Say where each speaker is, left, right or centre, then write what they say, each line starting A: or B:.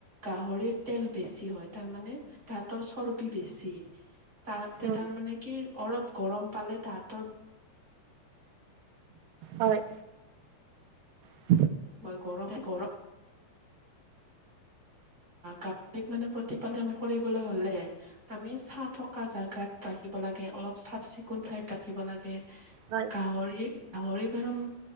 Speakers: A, on the right; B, on the right.
A: গাহৰিৰ তেল বেছি হয়। তাৰমানে তাহাঁতৰ চৰ্বি বেছি। তাহাঁতে
B: উম
A: তাৰ মানে কি অলপ গৰম তাহাঁতৰ
B: হয়। <inaudible>
A: হয় গৰম গৰ গাহৰিক মানে প্ৰতিপালন কৰিবলৈ হ'লে আমি ছাঁ থকা জাগাত ৰাখিব লাগে, অলপ চাফ-চিকুন ঠাইত ৰাখিব লাগে। গে
B: হয়
A: গাহৰি গাহৰি ফাৰ্ম